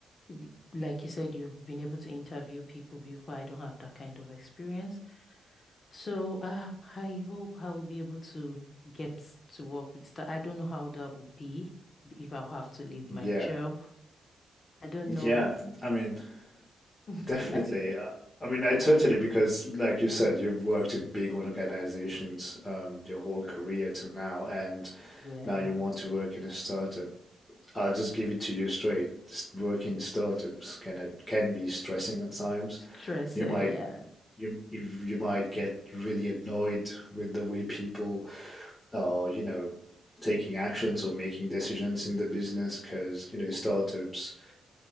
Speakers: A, on the left; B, on the left.
A: y- like you said, you've been able to interview people before. I don't have that kind of experience. So, um, I hope I will be able to get to work with that. I don't know how that will be if I'll have to leave my
B: yeah,
A: job. I don't know.
B: yeah.
A: i-
B: I mean,
A: <laughs>
B: definitely.
A: I-
B: I, I mean, I totally because, like you said, you've worked in big organizations um, your whole career till now, and
A: Yeah,
B: now you want to work in a startup. I'll just give it to you straight. Working startups can at- can be stressing at times.
A: stress.
B: You
A: uh,
B: might
A: yeah,
B: you you, you might get really annoyed with the way people are, you know, taking actions or making decisions in the business because, you know, startups